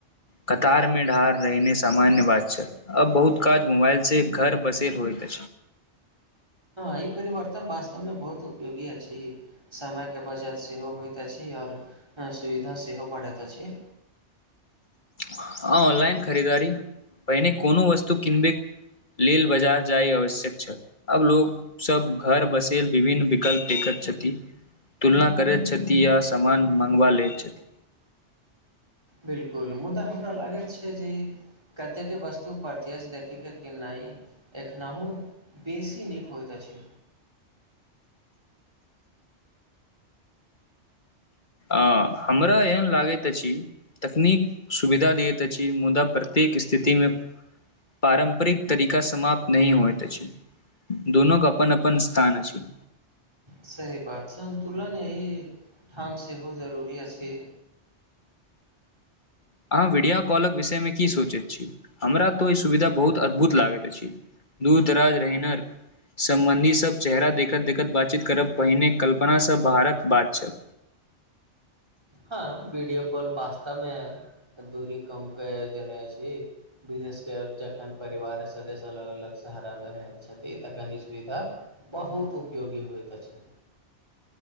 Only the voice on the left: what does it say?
कतार मे ढार रहहिने सामान्य बात छल। अब बहुत काज मोबइल से घर बसल होइ त
ह ऑनलाइन खरीदारी पहिने कोनो वस्तु किनबे लेल बाजार जाय आवश्यक छल। आब लोकोग सब घर बसेल विभिन्न विकल्प देखैत छथि तुलना करैत छथि य सामान मंगवा लैत छथि।
आ हमरा एहन लागैत अछि। तकनीक सुविधा दैत अछि। मुदा प्रत्येक स्थितिमे पारम्परिक तरीका समाप्त नहि होइत अछि। दुनोके अपन अपन स्थान अछि।
अहाँ वीडियो कॉलक विषयमे की सोचैत छी। हमरा तो ई सुविधा बहुत अद्भुत लागैत अछि। दूर दराज रहन सम्बन्धी सभ चेहरा देखैत देखैत बातचीत करब पहिने कल्पनासँ बरक बात छल।